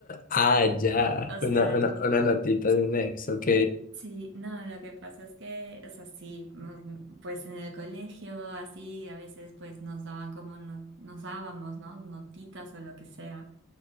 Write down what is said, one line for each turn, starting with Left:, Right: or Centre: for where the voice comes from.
Left: Ah, ya,
Right: O sea,
Left: una, una, una notita de un ex, ok.
Right: sí, no, lo que pasa es que, o sea, sí, mm, pues en el colegio así a veces pues nos daban como no, nos dábamos, ¿no? Notitas o lo que sea.